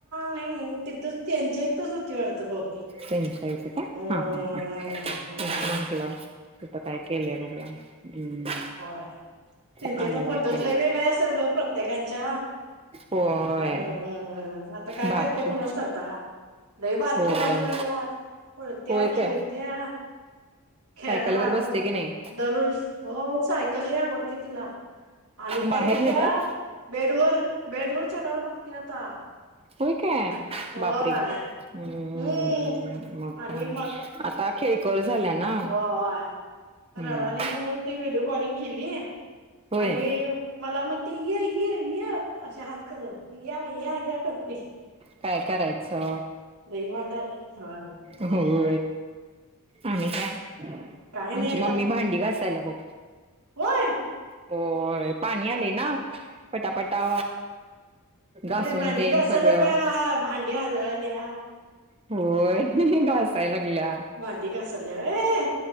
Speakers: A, on the right; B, on the right.
A: नाही. तिथच त्यांच्या इथच होती वाटत बहुतेक,
B: त्यांच्या इथ काय
A: हम्म
B: हा ह ह म्हटलं
A: हम्म
B: कुठ काय केल्या बघूया. हम्म..
A: हो त्यांच्या
B: चांगलाय
A: तर पद्धत
B: की
A: ल वेगळे्या असतात ग प्रत्येकांच्या
B: होय
A: हम्म्मम आता काय
B: बाकी
A: करतेय कुण असत आता दई बारकी
B: होय
A: वांड झाल्या पळत्या
B: होय
A: खेळत्या
B: काय सायकलवर
A: खेळायला आता
B: बसते की नाही
A: दरुण हो सायकल नाही आवडते तिला आणि काय
B: बाहेर
A: करत्या
B: नेतात
A: बेडवर बेडवरर चढायला बघते आता
B: होईक
A: होय
B: बापरीे हम्
A: हम्म
B: म
A: आणि
B: आता खेळकर झाल्या ना
A: हय
B: हम्म
A: रडली म्हणून ती व्हिडिओ कॉलिंग केली
B: होय
A: आणि मला म्हणते ये ये ये असे हात करून या या या करते
B: काय करायचं
A: दवाड हो
B: हो आम काय
A: काय नाही
B: आमची मम्मी भांडी घासायला बघ
A: हय
B: हो पाणी आले ना पटापटा
A: न
B: घासून
A: मांडी
B: तेन
A: घा
B: सगळं
A: झाला का भांड्या हलल्या या
B: होय घसायलागल्या
A: बांध क असल रे